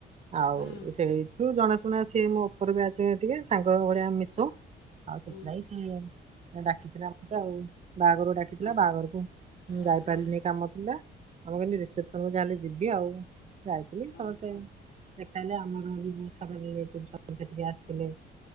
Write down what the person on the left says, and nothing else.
ହୁଁ
ହୁଁ
ଓ
ଓହୋ
ଓହୋ
ହୁଁ